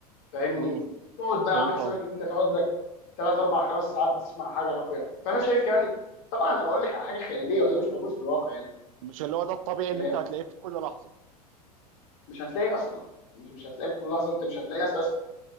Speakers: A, on the left (about 50°); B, on the right (about 55°).
A: فاهمني
B: مم.
A: تقعد بقى
B: فهمت
A: عامل حسابك
B: قصدي
A: ان انت تقعد لك ثلاث اربع خمس ساعات بتسمع حاجه راقيه فانا شايف يعني طبعا انا بقول لك على حاجه خياليه وده مش موجود في الواقع يعني
B: مش اللي هو ده الطبيعي
A: آه،
B: اللي انت هتلاقيه في كل لحظة
A: مش هتلاقي اصلا مش مش هتلاقي في كل لحظه انت مش هتلاقي اساسا